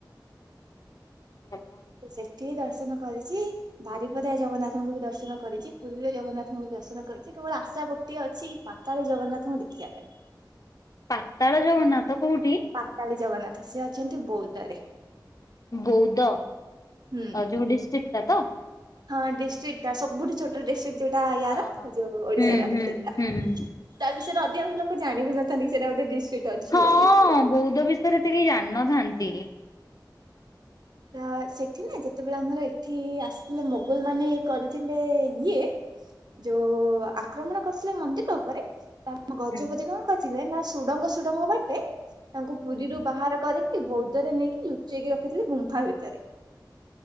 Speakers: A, on the left (about 50°); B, on the right (about 60°).
A: <unintelligible>
B: ସେଠି ଦର୍ଶନ କରିଚି ବାରିପଦା ଜଗନ୍ନାଥଙ୍କୁ ବି ଦର୍ଶନ କରିଚି ପୁରୀରେ ଜଗନ୍ନାଥଙ୍କୁ ବି ଦର୍ଶନ କରିଚି କେବଳ ଆଶା ଗୋଟ୍ ଗୋଟିଏ ଅଛି ପାତାଳୀ ଜଗନ୍ନାଥଙ୍କୁ ଦେଖିବା ପାଇଁ।
A: ପାତାଳ ଜଗନ୍ନାଥ କୋଉଠି?
B: ପାତାଳୀ ଜଗନ୍ନାଥ ସେ ଅଛନ୍ତି ବୌଦରେ।
A: ବୌଦ
B: ହୁଁ
A: ଯଉଁ ଡିଷ୍ଟ୍ରିକ୍ଟଟା ତ?
B: ହଁ ଡିଷ୍ଟ୍ରିକ୍ଟା ସବୁଠୁ ଛୋଟ ଡିଷ୍ଟ୍ରିକ୍ଟ ଯୋଉଟା ୟାର
A: ହଁ।
B: ଯୋଉ ଓଡିଶାର
A: ହଁ। ହୁଁ
B: ସେଇଟା। ତା
A: ହୁଁ ହୁଁ।
B: ବିଷୟରେ ଅଧିକାଂଶ ଲୋକ ଜାଣିବିିନଥାନ୍ତି ସେଇଟା ଗୋଟେ ଡିଷ୍ଟିିକ ଅଛି
A: ହଁ
B: ବୋଲି
A: ବୌଧ ବିଷୟରେ ତ କେହି ଜାଣିନଥାନ୍ତି।
B: ତ ସେଠି ନା ଯେତେବେଳେ ଆମର ଏଠି ଆସିଥିଲେ ମୋଗଲ ମାନେ କରିଥିଲେ ଇଏ ଯୋଉ ଆକ୍ରମଣ କରିଥିଲେ ମନ୍ଦିର ଉପରେ ତା ଗଜପତି
A: ହୁଁ।
B: କଣ କରିଥିଲେ ନା ସୁଡ଼ଙ୍ଗ ସୁଡ଼ଙ୍ଗ ବାଟେ ତାଙ୍କୁ ପୁରୀରୁ
A: ହୁଁ।
B: ବାହାର କରି ବୌଦରେ ନେଇକି ଲୁଚେଇକି ରଖିଥିଲେ ଗୁମ୍ଫା ଭିତରେ।